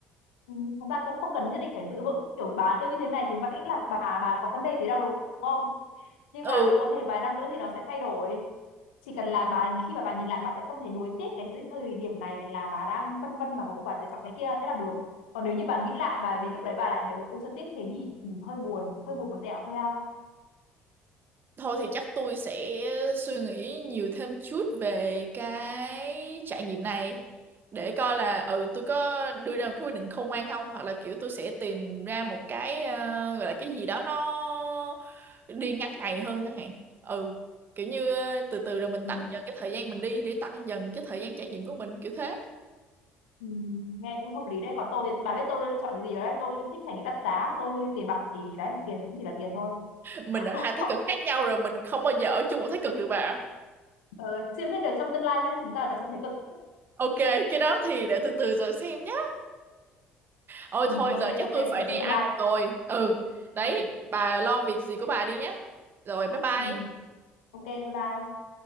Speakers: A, on the left (about 70°); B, on the right (about 35°).
A: ừ, thật ra cũng không cần nhất định phải giữ vững kiểu bà cứ như thế này thì vẫn là bà bà có vấn đề gì đâu đúng không nhưng
B: Ừ
A: mà cũng có thể vài năm nữa thì nó sẽ thay đổi chỉ cần là bà khi mà bà nhìn lại bà sẽ không thấy nuối tiếc cái thời điểm này nên là bà đang phân vân mà cuối cùng bà lại chọn cái kia thế là được còn nếu như bà nghĩ lại mà đến lúc đấy bà lại thấy ôi sao tiếc thế nhỉ thì hơi buồn hơi buồn một tẹo thôi à
B: Thôi thì chắc tôi sẽ suy nghĩ nhiều thêm chút về cái trải nghiệm này để coi là ừ tôi có đưa ra một cái quyết định khôn ngoan không hoặc là kiểu tôi sẽ tìm ra một cái ờ, gọi là cái gì đó nó đi ngắn ngày hơn chẳng hạn. Ừ, kiểu như ờ, từ từ rồi mình
A: ừ.
B: tăng dần cái thời gian mình đi để tăng dần cái thời gian trải nghiệm của mình kiểu thế.
A: Ừ. nghe cũng hợp lý đấy còn tôi thì bà biết tôi chọn cái gì rồi đấy tôi thích trải nghiệm đắt giá tôi tiền bạc thì đấy tiền thì cũng chỉ là tiền thôi
B: Mình ở
A: <laughs>
B: hai thái cực khác nhau rồi mình không bao giờ ở chung một thái cực được bà.
A: ờ, chưa biết được trong tương lai biết đâu chúng ta là trông thấy cực
B: Ok, cái đó thì để từ từ rồi xem nhé. Ôi
A: ừ,
B: thôi
A: ok
B: giờ chắc
A: ok
B: tôi phải
A: để
B: đi
A: trong
B: ăn
A: tương lai
B: rồi. Ừ, đấy,
A: ừ,
B: bà lo việc gì của bà đi nhé. Rồi bye bye.
A: ừ. ok bye bye